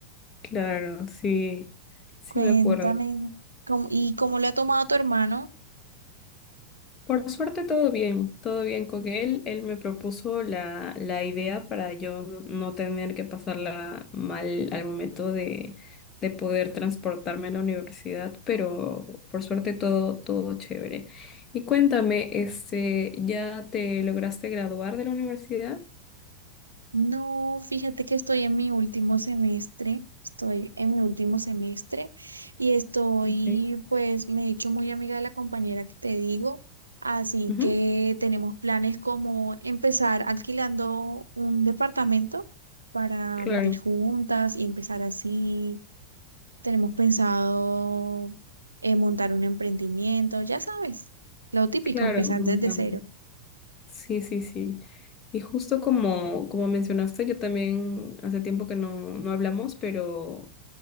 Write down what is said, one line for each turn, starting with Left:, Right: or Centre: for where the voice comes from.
Left: claro, sí, sí
Right: Cuéntame.
Left: me acuerdo.
Right: ¿cómo- y cómo le ha tomado tu hermano?
Left: Por suerte todo bien, todo bien con él. Él me propuso la, la idea para yo no tener que pasarla mal al momento de, de poder transportarme a la universidad, pero por suerte todo, todo chévere. Y cuéntame, este, ¿ya te lograste graduar de la universidad?
Right: No, fíjate que estoy en mi último semestre, estoy en mi último semestre y estoy,
Left: Ok.
Right: pues me he hecho muy amiga de la compañera que te digo, así
Left: Ujú,
Right: que tenemos planes como empezar alquilando un departamento para
Left: Claro.
Right: vivir juntas y empezar así. Tenemos pensado eh, montar un emprendimiento, ya sabes, lo típico,
Left: Claro,
Right: empezar
Left: me
Right: desde
Left: encanta.
Right: cero.
Left: Sí, sí, sí. Y justo como, como mencionaste, yo también hace tiempo que no, no hablamos, pero